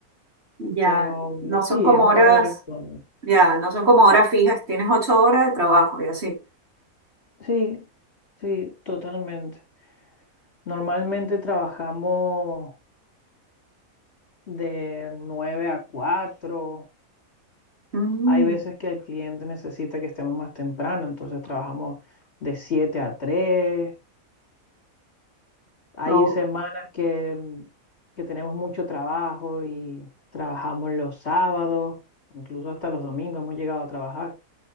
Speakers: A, on the right; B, on the left.
A: ya,
B: pero
A: no
B: sí,
A: son como
B: es un
A: horas,
B: horario cómodo.
A: ya, no son como horas fijas, tienes ocho horas de trabajo y así.
B: Sí, sí, totalmente. Normalmente trabajamos de 9 a 4.
A: Mm,
B: Hay veces que el cliente necesita que estemos más temprano, entonces trabajamos de 7 a 3. Hay
A: oh,
B: semanas que, mm, que tenemos mucho trabajo y trabajamos los sábados, incluso hasta los domingos hemos llegado a trabajar.